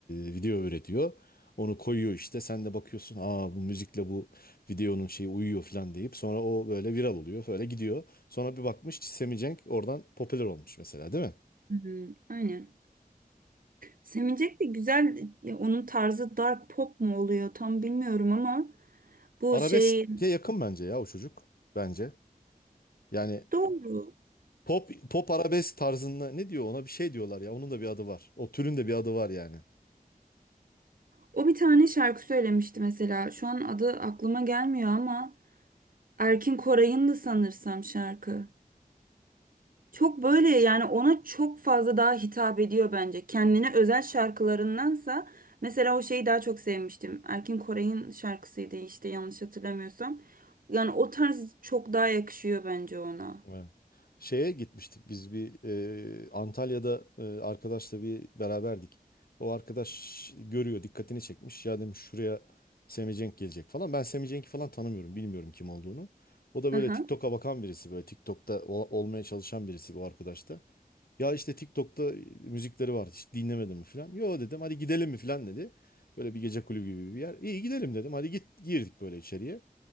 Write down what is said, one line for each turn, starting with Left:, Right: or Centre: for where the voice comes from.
Left: e, video üretiyor. Onu koyuyor işte sen de bakıyorsun aa bu müzikle bu videonun şeyi uyuyor falan deyip sonra o böyle viral oluyor böyle gidiyor. Sonra bir bakmış ki Sammy Cenk oradan popüler olmuş mesela değil mi?
Right: Hı, hı, aynen. Sevinecek de güzel ya onun tarzı dark pop mu oluyor tam bilmiyorum ama bu
Left: Arabeske
Right: şey
Left: yakın bence ya o çocuk bence. Yani
Right: doğru.
Left: Pop pop arabesk tarzında ne diyor ona bir şey diyorlar ya. Onun da bir adı var. O türün de bir adı var yani.
Right: O bir tane şarkı söylemişti mesela. Şu an adı aklıma gelmiyor ama Erkin Koray'ın da sanırsam şarkı. Çok böyle yani ona çok fazla daha hitap ediyor bence. Kendine özel şarkılarındansa mesela o şeyi daha çok sevmiştim. Erkin Koray'ın şarkısıydı işte yanlış hatırlamıyorsam. Yani o tarz çok daha yakışıyor bence ona.
Left: Evet. Şeye gitmiştik biz bir e, Antalya'da e, arkadaşla bir beraberdik. O arkadaş görüyor dikkatini çekmiş. Ya demiş şuraya Semih Cenk gelecek falan. Ben Semih Cenk'i falan tanımıyorum bilmiyorum kim olduğunu. O da
Right: Hı
Left: böyle TikTok'a bakan birisi böyle TikTok'ta ol- olmaya çalışan birisi bu arkadaş da. Ya işte TikTok'ta müzikleri var hiç dinlemedin mi falan. Yo dedim hadi gidelim mi falan dedi. Böyle bir gece kulübü gibi bir yer. İyi gidelim dedim hadi git girdik böyle içeriye.